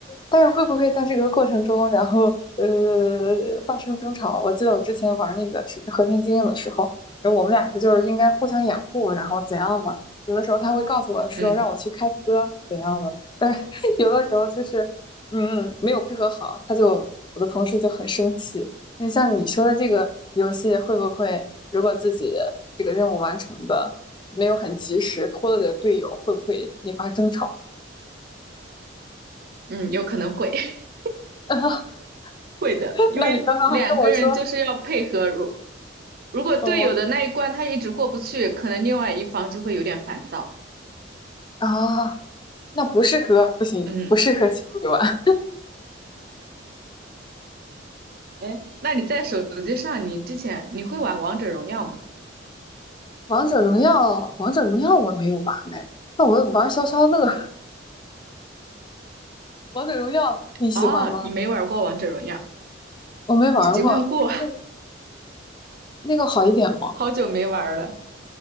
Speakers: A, on the left; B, on the right.
A: 但是会不会在这个过程中，然后呃发生争吵？我记得我之前玩那个是和平精英》的时候，然后我们俩不就是应该互相掩护，然后怎样嘛？有的时候他会告诉我说让我去开车怎样的，
B: 嗯
A: 但是 <laughs> 有的时候就是嗯没有配合好，他就我的同事就很生气。那像你说的这个游戏，会不会如果自己这个任务完成的没有很及时，拖累了队友，会不会引发争吵？
B: 嗯，有可能会。<laughs>
A: <laughs>
B: 会的，
A: <laughs>
B: 因为两个人就是要配合。
A: 那你刚刚还跟我说，
B: 如如果队友的那一关他一直过不去，
A: 哦
B: 可能另外一方就会有点烦躁。
A: 啊，那不适合，不行，
B: 嗯，
A: 不适合情侣玩。
B: 哎，那你在手机上，你之前你会玩王者荣耀吗？
A: <laughs> 王者荣耀，王者荣耀我没有玩哎，那我玩消消乐。<laughs> 王者荣耀你喜欢吗？
B: 哦，你没玩过王者荣耀，
A: 我没玩过，
B: 喜欢过，
A: 那个那个好一点吗？
B: <laughs> 好久没玩了。